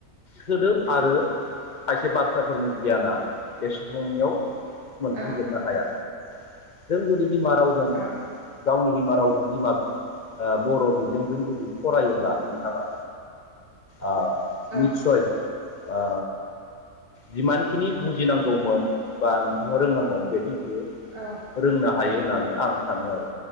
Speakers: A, on the left (about 45°); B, on the right (about 45°).
A: सोदोब आरो खायसे बाथ्राफोरनि गियाना बे सुबुंनियाव मोनफुंजोबनो
B: औ
A: हाया। जों जुदि बिमा रावजों
B: औ
A: गावनि बिमा रावजों बिमा बर' बिजोंजों जुदि फरायोब्ला नोंथांङा ओ
B: औ
A: निसय ओ जिमानखिनि बुजिनांगौमोन बा नोंथांङा रोंनांगौमोन बेखिनिखौ
B: औ
A: रोंनो हायो होननानै आं सानो आरो